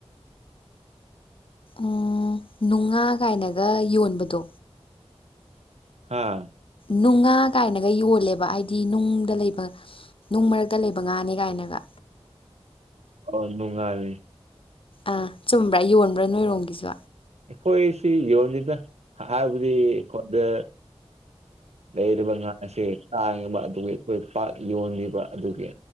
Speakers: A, on the left; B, on the right.
A: ꯎ ꯅꯨꯡꯉꯥ ꯀꯥꯏꯅꯒ ꯌꯣꯟꯕꯗꯣ
B: ꯍꯥꯥ
A: ꯅꯨꯡꯉꯥ ꯀꯥꯏꯅꯒ ꯌꯣꯜꯂꯦꯕ ꯍꯥꯏꯗꯤ ꯅꯨꯡꯗ ꯂꯩꯕ ꯅꯨꯡ ꯃꯔꯛꯇ ꯂꯩꯕ ꯉꯥꯅꯦ ꯀꯥꯏꯅꯒ
B: ꯑꯣ ꯅꯨꯡꯉꯥꯅꯦ
A: ꯑꯥ ꯆꯨꯝꯕ꯭ꯔꯥ ꯌꯣꯟꯕ꯭ꯔꯥ ꯅꯣꯏꯔꯣꯝꯒꯤꯁꯨ
B: ꯑꯩꯈꯣꯏꯁꯤ ꯌꯣꯟꯅꯤꯗ ꯍꯥꯏꯕꯗꯤ ꯑꯩꯈꯣꯟꯗ ꯂꯩꯔꯤꯕ ꯉꯥꯁꯦ ꯇꯥꯡꯉꯤꯕ ꯑꯗꯨꯒꯤ ꯑꯩꯈꯣꯏ ꯄꯥꯛ ꯌꯣꯟꯂꯤꯕ ꯑꯗꯨꯒꯤ